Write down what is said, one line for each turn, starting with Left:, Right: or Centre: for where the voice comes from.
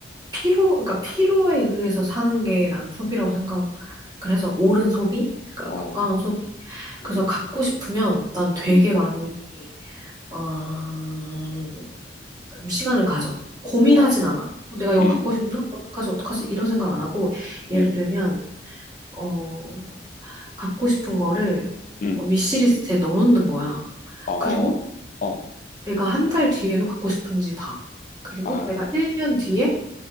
Right: 필요, 그러니까 필요에 의해서 사는 게 난 소비라고 생각, 그래서 옳은 소비?
Left: 음,
Right: 그러니까
Left: 어,
Right: 건강한 소비?
Left: 음,
Right: 그래서 갖고 싶으면 난 되게
Left: 음,
Right: 많이, 어,
Left: 음,
Right: 좀 시간을 가져. 고민하진
Left: 어,
Right: 않아. 어, 내가 이거
Left: 음,
Right: 갖고 싶나? 어떡하지, 어떡하지? 이런 생각 안 하고, 예를
Left: 음,
Right: 들면, 어, 갖고 싶은 거를
Left: 음,
Right: 어, 위시리스트에 넣어놓는 거야.
Left: 어,
Right: 그리고
Left: 어,
Right: 내가 한 달 뒤에도 갖고 싶은지 봐. 그리고
Left: 아,
Right: 내가 1년 뒤에